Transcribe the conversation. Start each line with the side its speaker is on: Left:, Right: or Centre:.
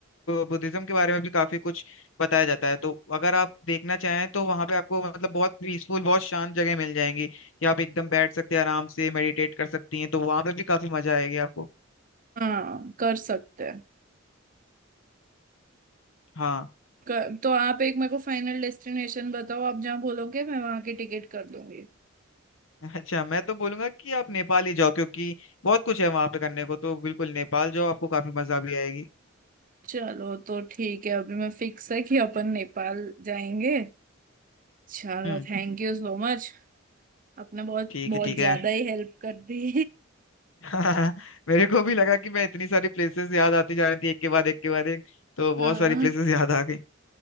Left: बुद्धिज्म के बारे में भी काफी कुछ बताया जाता है तो अगर आप देखना चाहें तो वहां पे आपको मतलब बहुत पीसफुल बहुत शांत जगह मिल जाएंगी कि आप एकदम बैठ सकते हैं आराम से मेडिटेट कर सकती हैं तो वहां पे भी काफी मजा आएगी आपको
Right: हाँ कर सकते हैं
Left: हाँ
Right: कर, तो आप एक मेरे को फाइनल डेस्टिनेशन बताओ आप जहाँ बोलोगे मैं वहां की टिकट कर दूंगी
Left: <laughs> अच्छा मैं तो बोलूंगा कि आप नेपाल ही जाओ क्योंकि बहुत कुछ है वहां पे करने को तो बिल्कुल नेपाल जाओ आपको काफी मजा भी आएगी
Right: चलो तो ठीक है अभी मैं फिक्स है कि अपन नेपाल जाएंगे चलो
Left: हम्म
Right: थैंक यू सो मच आपने बहुत
Left: ठीक
Right: बहुत
Left: है ठीक है
Right: ज्यादा ही हेल्प कर दी
Left: <laughs> मेरे को भी लगा कि मैं इतनी सारी प्लेसेस याद आती जा रही थी एक के बाद एक के बाद एक तो बहुत
Right: <laughs> हाँ
Left: सारी प्लेसेस याद आ गई